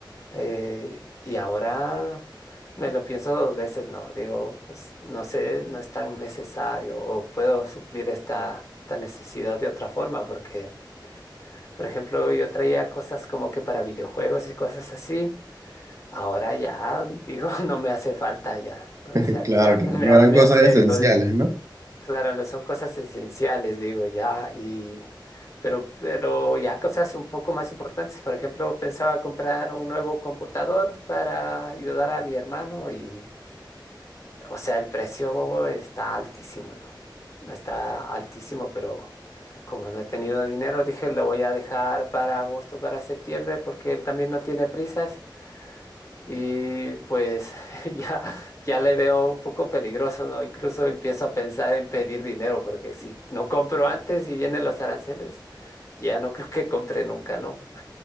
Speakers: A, on the left; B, on the right.
A: Eh, y ahora me lo pienso dos veces, ¿no? Digo, pues no sé, no es tan necesario o puedo suplir esta, esta necesidad de otra forma porque, por ejemplo, yo traía cosas como que para videojuegos y cosas así. Ahora ya digo, <laughs> no me hace falta ya, o
B: <laughs>
A: sea,
B: Claro,
A: ya
B: claro,
A: <laughs> me,
B: no
A: a-
B: eran
A: me
B: cosas
A: abstengo
B: esenciales, ¿no?
A: Claro, no son cosas esenciales, digo, ya, y pero, pero ya cosas un poco más importantes. Por ejemplo, pensaba comprar un nuevo computador para ayudar a mi hermano y, o sea, el precio está altísimo, ¿no? Está altísimo, pero como no he tenido dinero, dije, lo voy a dejar para agosto, para septiembre, porque él también no tiene prisas. Y pues <laughs> ya, ya le veo un poco peligroso, ¿no? Incluso empiezo a pensar en pedir dinero, porque si no compro antes y vienen los aranceles, ya no creo que compre nunca, ¿no?